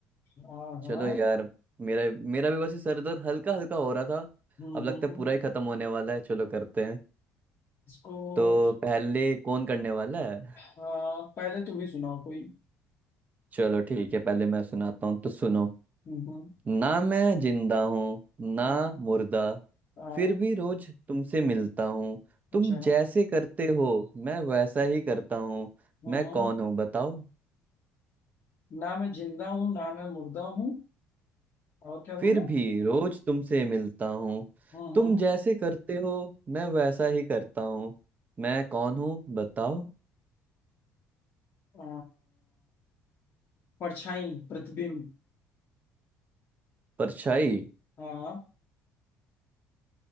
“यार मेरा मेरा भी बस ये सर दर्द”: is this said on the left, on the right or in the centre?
Right